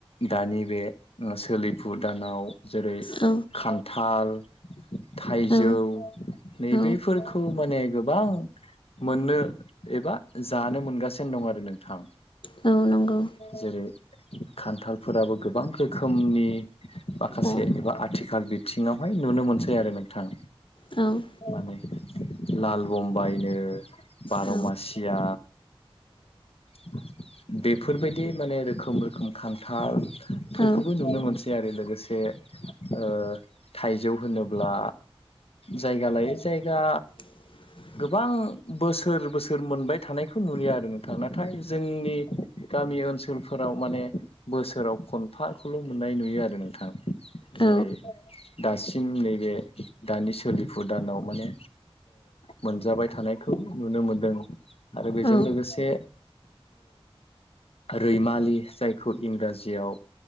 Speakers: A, on the left; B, on the left.
A: दानि बे सोलिफु दानाव जेरै
B: औ
A: खान्थाल थाइजौ
B: औ
A: नैबेफोरखौ
B: औ
A: माने गोबां मोननो एबा जानो मोनगासिनो दं आरो नोंथां
B: औ नंगौ
A: जेरै खान्थालफोराबो गोबां रोखोमनि माखासे
B: औ
A: एबा आथिखाल बिथिङावहाय नुनो मोनसै आरो नोंथां
B: औ
A: माने लाल बुम्बाइनो बार'
B: औ
A: मासि खुथिया <unintelligible> बेफोरबायदि माने रोखोम-रोखोम खान्थाल फोरखौबो
B: औ
A: नुनो मोनसै आरो लोगोसे ओ थाइजौ होनोब्ला जायगा लायै जायगा
B: <unintelligible>
A: गोबां बोसोर बोसोर मोनबाय थानायखौ नुलिया आरो नोंथां नाथाय जोंनि गामि ओनसोलफोराव माने बोसोराव खनफाखौल' मोननाय नुयो आरो नोंथां
B: औ
A: जेरै दासिम नैबे दानिसिम सोलिफु दानाव माने मोनजाबाय थानायखौ नुनो मोनदों आरो बेजों
B: औ
A: लोगोसे रैमालि जायखौ इंराजि जियाव